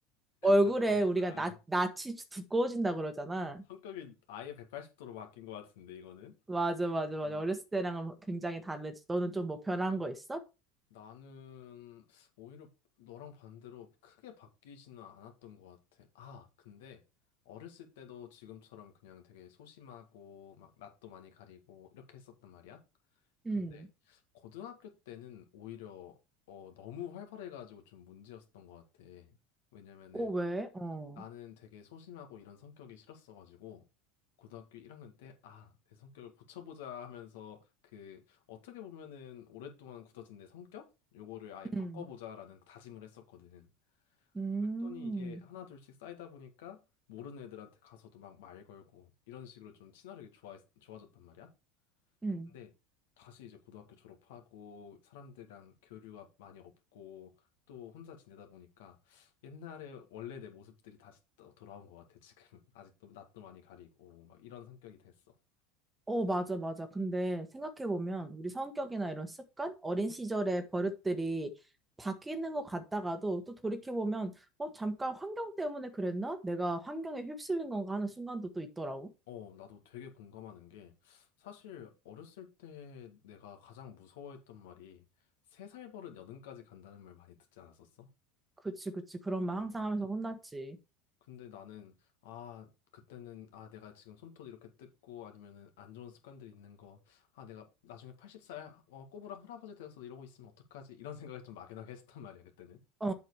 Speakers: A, on the right (about 15°); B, on the left (about 70°).
A: 얼굴에
B: 잠깐만.
A: 우리가 나, 낯이 두꺼워진다 그러잖아.
B: 성격이 아예 180도로 바뀐 것 같은데 이거는?
A: 맞아 맞아 맞아.
B: 음.
A: 어렸을 때랑은 굉장히 다르지. 너는 좀 뭐 변한 거 있어?
B: 나는 오히려 너랑 반대로 크게 바뀌지는 않았던 것 같아. 아, 근데 어렸을 때도 지금처럼 그냥 되게 소심하고 막 낯도 많이 가리고 이렇게 했었단 말이야.
A: 음.
B: 근데 고등학교 때는 오히려 어, 너무 활발해가지고 좀 문제였었던 것 같아. 왜냐면은
A: 어 왜? 어.
B: 나는 되게 소심하고 이런 성격이 싫었어가지고 고등학교 1학년 때 아, 내 성격을 고쳐보자 하면서 그 어떻게 보면은 오랫동안 굳어진 내 성격? 요거를 아예 바꿔보자라는
A: 음.
B: 다짐을 했었거든.
A: 음.
B: 그랬더니 이게 하나 둘씩 쌓이다 보니까 모르는 애들한테 가서도 막 말 걸고 이런 식으로 좀 친화력이 좋아 좋아졌단 말이야.
A: 음.
B: 근데 다시 이제 고등학교 졸업하고 사람들이랑 교류가 많이 없고 또 혼자 지내다 보니까 옛날에 원래 내 모습들이 다시 또 돌아온 것 같아 지금 <laughs> 아직도 낯도 많이 가리고 막 이런 성격이 됐어.
A: 어, 맞아, 맞아. 근데 생각해보면 우리 성격이나 이런 습관, 어린 시절의 버릇들이 바뀌는 것 같다가도 또 돌이켜보면, 어, 잠깐 환경 때문에 그랬나? 내가 환경에 휩쓸린 건가 하는 순간도 또 있더라고.
B: 어 나도 되게 공감하는 게 사실 어렸을 때 내가 가장 무서워했던 말이 세 살 버릇 여든까지 간다는 말 많이 듣지 않았었어?
A: 그치, 그치. 그런 말
B: 어
A: 항상
B: 어.
A: 하면서 혼났지.
B: 근데 나는 아 그때는 아 내가 지금 손톱 이렇게 뜯고 아니면은 안 좋은 습관들이 있는 거 아 내가 나중에 80살 어 꼬부랑 할아버지 되어서 이러고 있으면 어떡하지 이런 생각을 좀 막연하게 <laughs> 했단 었 말이야 그때는
A: 어, 어,